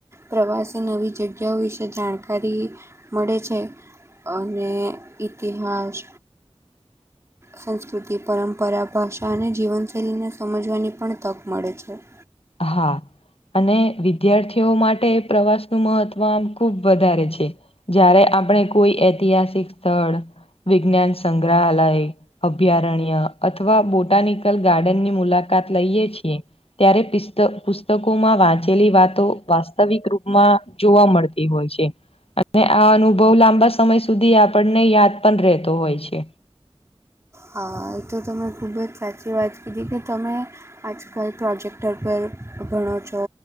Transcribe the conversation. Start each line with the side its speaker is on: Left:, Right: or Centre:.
Right: પ્રવાસે નવી જગ્યાઓ વિશે જાણકારી મળે છે. અને ઇતિહાસ.
Left: <inaudible>
Right: સંસ્કૃતિ પરંપરા ભાષા અને જીવનશૈલીને સમજવાની પણ તક મળે છે.
Left: હા અને વિદ્યાર્થીઓ માટે પ્રવાસનું મહત્વ આમ. ખૂબ વધારે છે જયારે આપણે કોઈ ઐતિહાસિક સ્થળ વિજ્ઞાન. સંગ્રહાલય. અભયારણ્ય અથવા બોટાનિકલ ગાર્ડન ની મુલાકાત લઈએ છીએ. ત્યારે પિસ્ત પુસ્તકોમાં વાંચેલી વાતો વાસ્તવિક રૂપમાં. જોવા મળતી હોય છે, અને આ અનુભવ લાંબા સમય સુધી આપણને યાદ. પણ રહેતો હોય છે.
Right: હ એ તો તમે ખૂબ જ સાચી વાત કીધી કે તમે. આજ કલ પ્રોજેક્ટર પર ભણો છો.